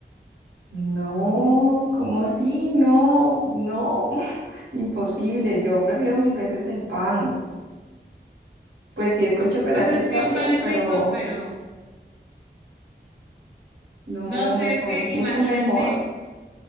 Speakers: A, on the right (about 85°); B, on the right (about 70°).
A: No, cómo si, no, no, <laughs> imposible. Yo prefiero mil veces el pan. Pues si es con chocolate
B: Pues es
A: está
B: que el
A: bien,
B: pan es
A: pero
B: rico, pero
A: no,
B: no sé,
A: el pan
B: es que
A: es mucho
B: imagínate,
A: mejor.